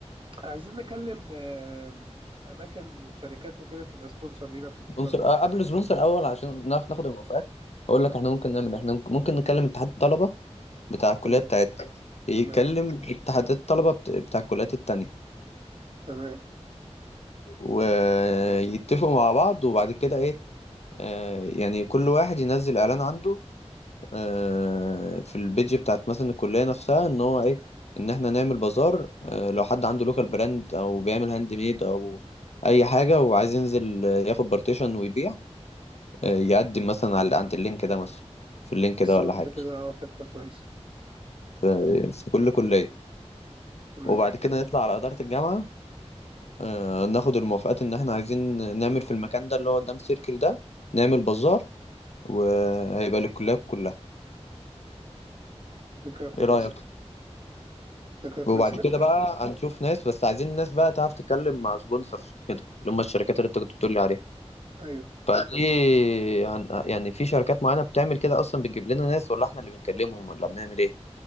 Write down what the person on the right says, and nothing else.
عايزين نكلم آم، أماكن شركات وكده تبقى سبونسر لينا في البازار
ده
تمام
تمام
تمام
بالظبط
كده اه فكرة كويسة
تمام
فكرة كويسة
فكرة كويسة
نبدأ
أيوه